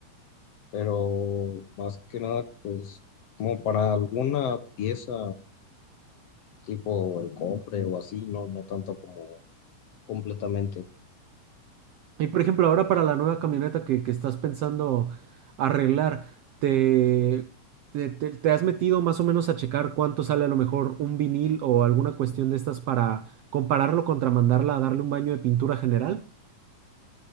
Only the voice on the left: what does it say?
pero más que nada, pues como para alguna pieza tipo el cofre o así, no, no tanto como completamente.